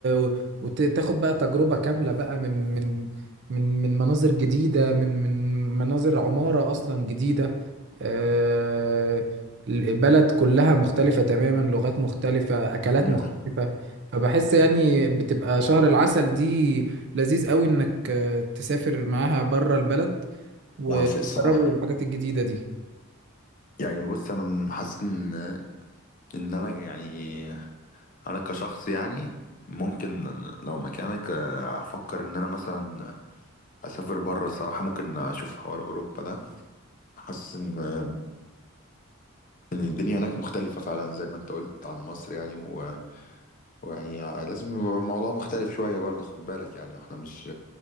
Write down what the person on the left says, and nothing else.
آه.
موافق الصراحة
يعني بص انا من- حاسس ان ان انا يعني انا كشخص يعني ممكن لو مكانك آه، افكر ان انا مثلا اسافر بره الصراحه ممكن اشوف حوار اوروبا ده حاسس ان ان الدنيا هناك مختلفه فعلا زي ما انت قلت عن مصر يعني و... ويعني لازم يبقى الموضوع مختلف شويه برضه خد بالك يعني احنا مش